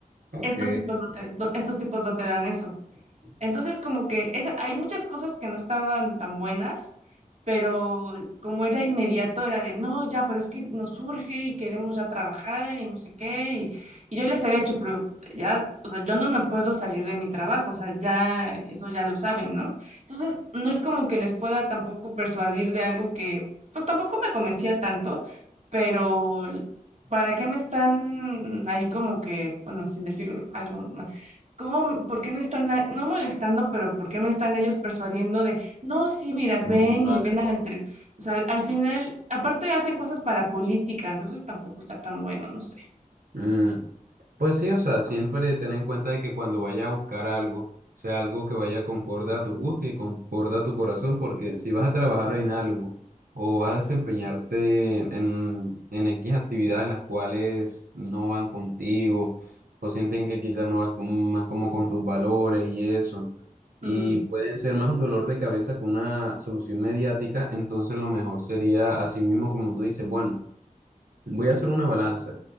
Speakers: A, on the right; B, on the right.
A: Ok.
B: Estos tipos no te- no- estos tipos no te dan eso. Entonces, como que es, hay muchas cosas que no estaban tan buenas, pero como era inmediato, era de, no, ya, pero es que nos urge y queremos ya trabajar y no sé qué. Y, y yo les había dicho, pero ya, o sea, yo no me puedo salir de mi trabajo, o sea, ya, eso ya lo saben, ¿no? Entonces, no es como que les pueda tampoco persuadir de algo que, pues tampoco me convencía tanto, pero... ¿Para qué me están ahí como que, bueno, sin decir algo más? ¿Cómo, por qué me están, a- no molestando, pero por qué me están ellos persuadiendo de, no, sí, mira, ven
A: Mm, vale.
B: y ven a la entre... O sea, al final, aparte hacen cosas para política, entonces tampoco está tan bueno, no sé.
A: Mm, Pues sí, o sea, siempre ten en cuenta de que cuando vayas a buscar algo, sea algo que vaya concorde a tu gusto y concorde a tu corazón, porque si vas a trabajar en algo o vas a desempeñarte en, en X actividades las cuales no van contigo o sienten que quizás no vas con- más como con tus valores y eso, y
B: Ujú,
A: pueden ser más un dolor de cabeza que una solución mediática, entonces lo mejor sería, así mismo como tú dices, bueno. Voy a hacer una balanza.